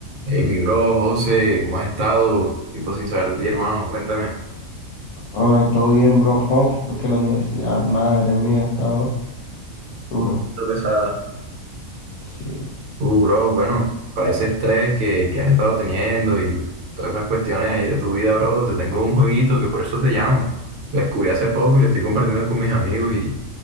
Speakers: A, on the right; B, on the left.
A: Hey, mi bro, José, ¿cómo has estado? Tiempo sin saber de
B: Y
A: ti, hermano,
B: yo,
A: cuéntame.
B: Ronald, todo bien, bro. Uf, es que la universidad, madre mía, ha estado dura.
A: Lo pesada.
B: Sí.
A: Uh, bro, bueno, para ese estrés que, que has estado teniendo y todas esas cuestiones ahí de tu vida, bro, te tengo un jueguito que por eso te llamo. Lo descubrí hace poco y lo estoy compartiendo con mis amigos y,